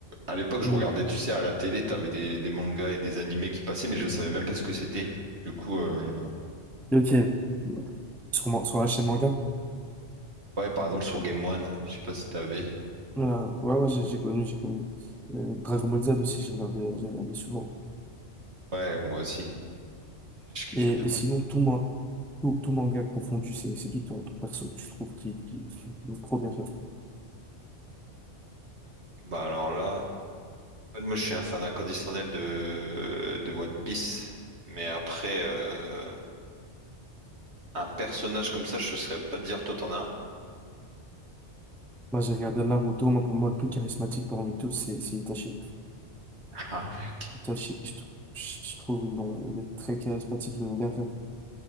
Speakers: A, on the right; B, in the centre.
A: à l'époque je
B: hmm.
A: regardais, tu sais, à la télé, t'avais des, des mangas et des animés qui passaient, mais je savais même pas ce que c'était. Du coup, euh,
B: Ok. Sur, ma- sur la chaîne manga?
A: ouais, par exemple sur Game One, je sais pas si t'avais.
B: Euh, ouais, ouais, j'ai j'ai connu, j'ai connu. Euh, Dragon Ball Z aussi, j'ai regardé, j'ai regardé souvent.
A: Ouais, moi aussi, je kiffais
B: Et,
A: bien.
B: et sinon, tout, ma- tout, tout manga confondu, c'est c'est qui ton, ton perso que tu trouves qui, qui, qui est trop bien fait?
A: Bah alors là, en fait, moi je suis un fan inconditionnel de, de One Piece, mais après euh, un personnage comme ça, je saurais pas te dire, toi t'en as un.
B: Moi, j'ai regardé Naruto, moi, pour moi, le plus charismatique parmi tous, c'est c'est Itachi.
A: Ah, mec.
B: Itachi, je, trou- je- je trouve, ils l'ont- il est très charismatique, ils l'ont bien fait.